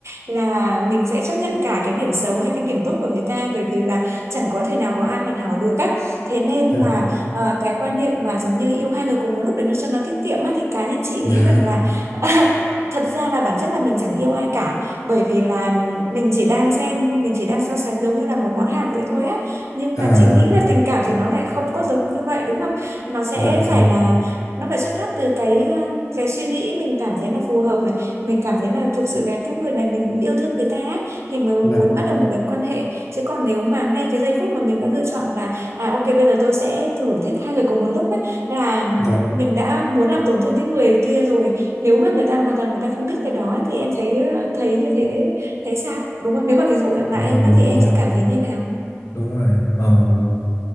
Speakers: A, on the right; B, on the left.
A: là mình sẽ chấp nhận cả cái điểm xấu hay cái điểm tốt của người ta bởi vì là chẳng có thể nào có ai hoàn hảo được á thế nên
B: dạ
A: là ờ, cái quan niệm mà giống như yêu hai người cùng một lúc để nó cho nó tiết kiệm á thì cá nhân chị
B: dạ
A: nghĩ rằng là <laughs> thật ra là bản chất là mình chẳng yêu ai cả bởi vì là mình chỉ đang xem mình chỉ đang so sánh giống như là một món hàng vậy thôi á nhưng
B: à,
A: mà chị nghĩ là tình cảm thì nó lại không có giống như vậy đúng không nó sẽ
B: dạ vâng
A: phải là nó phải xuất phát từ cái ờ, cái suy nghĩ mình cảm thấy nó phù hợp này mình cảm thấy là thực sự cái cái người này mình yêu thương người ta á, thì mới
B: dạ
A: muốn bắt đầu một cái quan hệ chứ còn nếu mà ngay cái giây phút mà mình đã lựa chọn là à ok bây giờ tôi sẽ thử thích hai người cùng một lúc ấy là
B: dạ
A: mình đã muốn làm tổn thương cái người kia rồi nếu mà người ta hoàn toàn người ta không biết cái đó ấy, thì em thấy ờ, thấy như thế thấy sao đúng không nếu mà ví dụ là
B: vâng
A: em á,
B: đúng
A: thì em
B: rồi
A: sẽ cảm thấy như nào
B: đúng rồi Ờm,